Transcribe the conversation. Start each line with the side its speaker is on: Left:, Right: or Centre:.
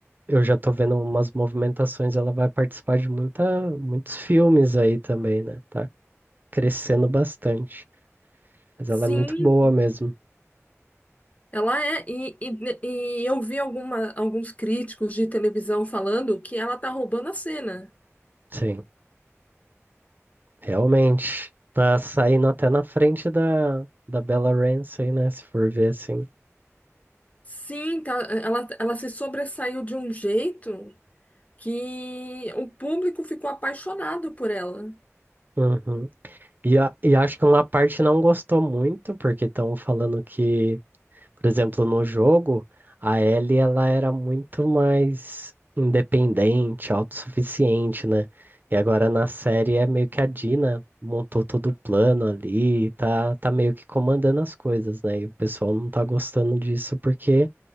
Right: eu já tô vendo umas movimentações, ela vai participar de muita, muitos filmes aí também, né? Tá crescendo bastante. Mas
Left: Sim,
Right: ela é muito boa mesmo.
Left: ela é. E, e, né, e eu vi alguma, alguns críticos de televisão falando que ela tá roubando a cena.
Right: Sim, realmente. Tá saindo até na frente da, da Bella Ramsey, né? Se for ver assim.
Left: Sim, tá, ela, ela se sobressaiu de um jeito que o público ficou apaixonado por ela.
Right: Uhum. E, a- e acho que uma parte não gostou muito, porque estão falando que, por exemplo, no jogo, a Ellie ela era muito mais independente, autossuficiente, né? E agora na série é meio que a Dina montou todo o plano ali, tá, tá meio que comandando as coisas, né? E o pessoal não tá gostando disso porque